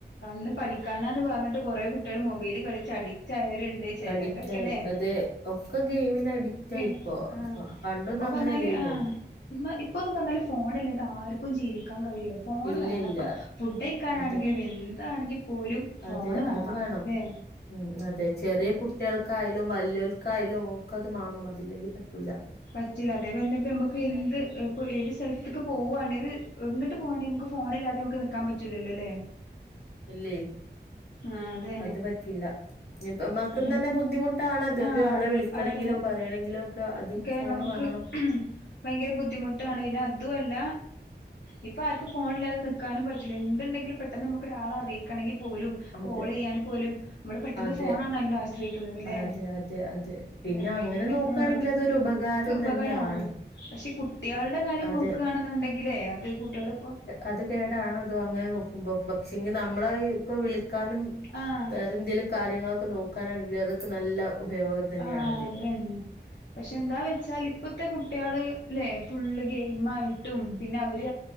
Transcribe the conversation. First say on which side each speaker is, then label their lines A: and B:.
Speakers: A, on the left (about 80°); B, on the left (about 65°).
A: ന്ന് പഠിക്കാനാന്ന് പറഞ്ഞിട്ട് കുറെേ കുട്ടികൾ മൊബൈല് കളിച്ച് അഡിക്റ്റ് ചരുണ്ട് ചിലരൊക്കെല്ലേ
B: അഡിക്റ്റ് ആയി അതെ ഒക്കെ ഗെയിമിന് അഡിക്റ്റ്
A: ഉെ
B: ആയി ഇപ്പോ
A: ആ
B: പ- പണ്ടൊന്നും
A: ഇപ്പൊ പറഞ്ഞാല്
B: അങ്ങനെയല്ലേനു
A: ആ് ഇപ്പൊന്നന്ന് പറഞ്ഞാല് ഫോണല്ലേ ഇത് ആർക്കും ജീവിക്കും ാൻ കഴിയില്ല ഫോൺ
B: ഇല്ല
A: വേണംപ്പ
B: ഇല്ല
A: ഫുഡ് കഴിക്കാനാണെങ്കിലും
B: അതെ
A: എന്താണെങ്കും പോലും ഫോണ്
B: അതെ
A: വേണം
B: അത്
A: അല്ലേ
B: ഉം അതെ ചെറിയ കുട്ടികൾക്കായാലും വല്ലിയവൽക്കായാലും ക്കത് വേണണം അതില്ലെങ്കിൽ പറ്റൂല
A: പറ്റൂില്ല അതേപലെ നമുക്ക്ൊ ഏത് സ്ഥലത്തക്ക് പോക പോവവാണ ഒരു എിട്ട് പോവാണെിൽ നമുക്ക് ഫോണ ഇില്ലാതെ നമക്ക് നിക്കാൻ പറ്റൂലല്ലോ അല്ലേ
B: ഇല്ല
A: ആ അതെ
B: അത് പറ്റില്ല ഇപ്പ മക്കന്ന്
A: നമുക്ക്
B: തന്നെ ബുദ്ധിമുട്ടാണ് അത
A: ആഹ്
B: ഒരാളെ വിളിക്കണമെങ്കിലോ
A: അതെ
B: പറയണമെങ്കിലോ അതും
A: ഒക്കെ
B: ഫോണ്
A: നമുക്ക്
B: വേണം
A: ഭയങ്കര ബുദ്ധിമുട്ടാണ് പിെ അതുംല്ല ഇപ്പൊ ആർക്കും ഫോണിലാെ നക്കാനും പറ്റില്ല എണ്ടെങ്കില പെട്ടെന്ന് ന ഒരാളെങ്ക പോലും
B: അതെ
A: കോൾ ചെയ്യാൻ പോലും നമ്മള് പെട്ടന്ന്
B: അതെ
A: ഫോണാണല്ലോ ആശ്രയിക്കുന്നത്ല്ലേ
B: അതെ അതെ അതെ പിന്നെ
A: അ ഭയങ്കര
B: അങ്ങനെ നോക്കുകയാണെങ്കിൽ
A: ആ
B: അതൊരു ഉപകാരം
A: ഉപകാരമാണ്
B: തന്നെയാണ്
A: പക്ഷെ കുട്ടികളുടെ കാര്യം
B: അതെ
A: നോക്കയാണെന്നുണ്ടെങ്കിൽേ അത് കുട്ടികള ഇപ്പോൊ
B: അത് കേടാണതോ അങ്ങനെ നോക്കുമ്പോ പക്ഷെങ്കി നമ്മളെ ഇപ്പ വിളിക്കാനും
A: ആഹ്
B: വേറെ എന്തേങ്കിലും കാര്യങ്ങളൊക്കെ നോക്കാനാണെങ്കിലിൽ അതൊക്കെ നല്ല ഉപയോഗം തന്നെയാണ്
A: ആഹ
B: അതിന്
A: അതന്നെ പക്ഷെ എന്താ വെച്ചാൽ ഇപ്പത്തെ കുട്ടികള് അല്ലെ ഫുള് ഗെയിം ആയിട്ടും പിന്നെ അവര്